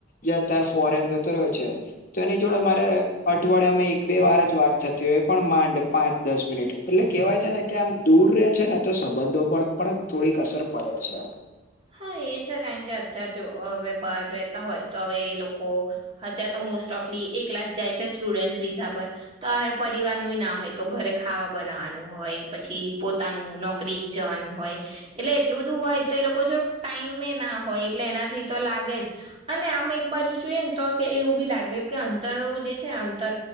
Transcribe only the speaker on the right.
હા એ છે. કારણ કે અત્યારે જો, હવે બહાર રહેતા હોય, તો હવે એ લોકો હત્યાર તો મોસ્ટ ઓફલી એક લાખ જાય છે સ્ટુડન્સ વિઝા પર. તો હવે પરિવારનુંઈ ના હોય. તો ઘરે ખાવા બનાવાનું હોય, પછી પોતાનું નોક કરી જવાનું હોય. એટલે એટલું બધું હોય તો એ લોક કો જો ટાઈમે ના હોય એટલે એનાથી તો લાગે જ. અને આમ એક બાજુ જોઈએ ને, તો કે એવું બી લાગે કે અંતરો જે છે અંતર